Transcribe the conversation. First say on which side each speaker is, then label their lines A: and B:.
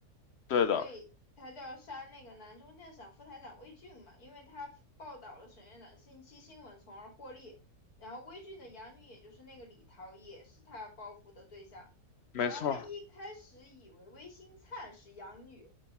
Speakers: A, on the left; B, on the left.
A: 对的，
B: 所以他就要杀那个南中电厂副台长魏俊嘛，因为他报道了沈院长性侵新闻，从而获利。然后魏俊的养女，也就是那个李桃，也是他要报复的对象。
A: 没错儿。
B: 然后他一开始以为魏新灿是养女，